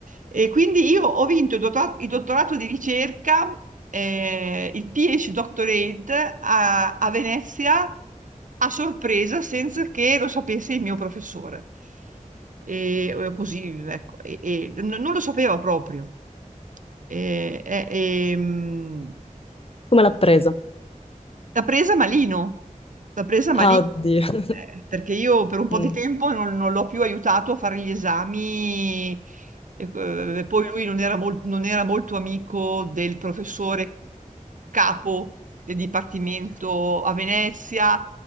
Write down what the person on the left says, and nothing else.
Come l'ha presa?
Ah, oddio. <laughs>
Mm.